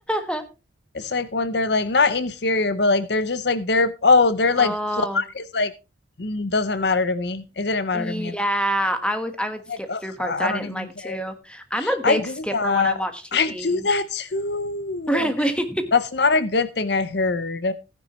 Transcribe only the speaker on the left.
It's like when they're like not inferior, but like they're just like they're oh they're like
plot is like mm, doesn't matter to me. It didn't matter
to me, and I
was
like, ugh,
I
I don't
even
care.
I do
that.
I do that
too.
That's not a good thing I heard.